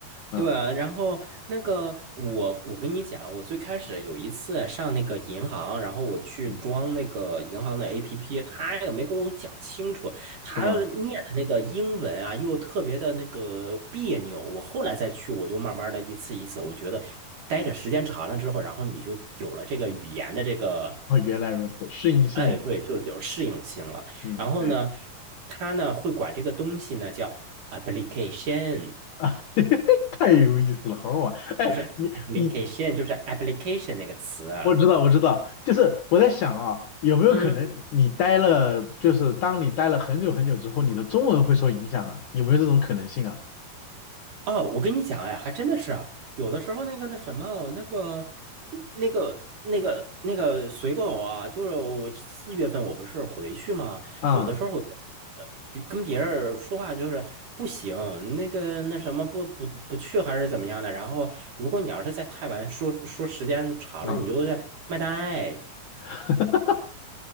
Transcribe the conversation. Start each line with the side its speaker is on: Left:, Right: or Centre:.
Left: 嗯
Right: 对啊，然后那个我我跟你讲，我最开始有一次上那个银行，然后我去装那个银行的
Left: 嗯，
Right: APP，他也没跟我讲清楚，他念的那个英文啊，
Left: 是吗？
Right: 又特别的那个别扭。我后来再去，我就慢慢的一次一次，我觉得待着时间长了之后，然后你就有了这个语言的这个。
Left: 哦，原来如此，适应性嘛。
Right: 哎，对，就有适应性了。
Left: 嗯，
Right: 然后呢，
Left: 对
Right: 他呢会管这个东西呢叫 application，
Left: 啊，<laughs> 太有意思了，好好玩。哎，
Right: 就是
Left: 你你
Right: application，就是 application 那个词啊。
Left: 我知道，我知道，就是我在想啊，有没有可能你待了，
Right: 嗯
Left: 就是当你待了很久很久之后，你的中文会受影响啊？有没有这种可能性啊？
Right: 哦，我跟你讲，哎，还真的是啊有的时候那个那什么，那个那个那个那个随狗啊，就是我四月份我不是回去嘛，
Left: 嗯
Right: 有的时候呃，比跟别人说话就是不行，那个那什么不不不去还是怎么样的。然后如果你要是在太晚说说时间长了，
Left: 嗯，
Right: 你就会卖大爱
Left: <laughs>